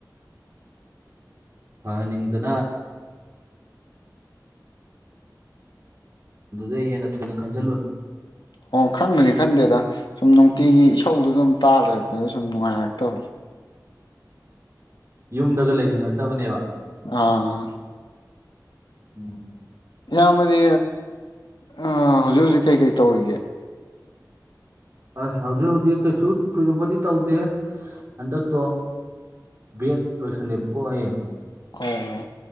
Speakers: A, on the right; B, on the left.
A: ꯐꯅꯤꯡꯗꯅ ꯑꯗꯨꯗꯩ ꯍꯦꯟꯅ ꯊꯣꯏꯅ ꯈꯟꯖꯤꯜꯂꯨꯅꯨ
B: ꯑꯣ ꯈꯟꯕꯗꯤ ꯈꯟꯗꯦꯗ ꯁꯨꯝ ꯅꯨꯡꯇꯤꯒꯤ ꯏꯁꯧꯗꯨ ꯑꯗꯨꯝ ꯇꯥꯗꯔꯛꯄꯗ ꯁꯨꯝ ꯅꯨꯡꯉꯥꯏꯔꯛꯇꯕ
A: ꯌꯨꯝꯗꯒ ꯂꯩꯅꯤꯡꯉꯛꯇꯕꯅꯦꯕ
B: ꯑꯥ
A: ꯎꯝ
B: ꯌꯥꯝꯃꯗꯤ ꯍꯧꯖꯤꯛ ꯍꯧꯖꯤꯛ ꯀꯩꯀꯩ ꯇꯧꯔꯤꯒꯦ
A: ꯑꯁ ꯍꯧꯖꯤꯛ ꯍꯧꯖꯤꯛ ꯀꯩꯁꯨ ꯊꯣꯏꯗꯣꯛꯄꯗꯤ ꯇꯧꯗꯦ ꯍꯟꯗꯛꯇꯣ ꯕꯦꯠ ꯂꯣꯏꯁꯜꯂꯦꯕꯀꯣ ꯑꯦ
B: ꯑꯣ